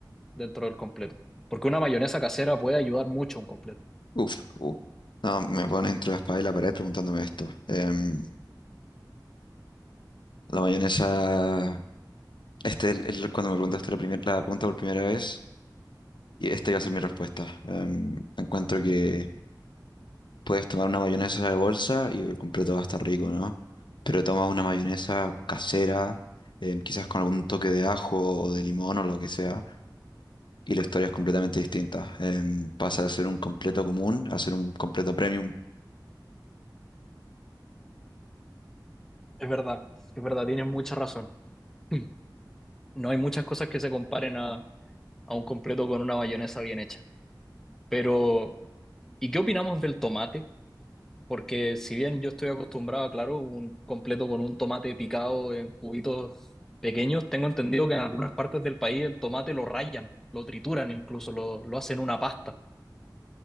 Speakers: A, in the centre; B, on the left.
A: dentro del completo? Porque una mayonesa casera puede ayudar mucho a un completo.
B: Uf, uf. No, me pone entre la espada y la pared preguntándome esto. Em, la mayonesa, este el- el- cuando me preguntaste la, primer- la pregunta por primera vez, y esta iba a ser mi respuesta. Em, encuentro que puedes tomar una mayonesa de bolsa y el completo va a estar rico, ¿no? Pero toma una mayonesa casera, em, quizás con algún toque de ajo o de limón o lo que sea y la historia es completamente distinta. Em, pasa de ser un completo común a ser un completo premium.
A: Es verdad, es verdad, tienes mucha razón. <clears throat> No hay muchas cosas que se comparen a, a un completo con una mayonesa bien hecha. Pero, ¿y qué opinamos del tomate? Porque si bien yo estoy acostumbrado, claro, un completo con un tomate picado en cubitos pequeños, tengo entendido que en algunas partes del país el tomate lo rayan, lo trituran incluso, lo, lo hacen una pasta.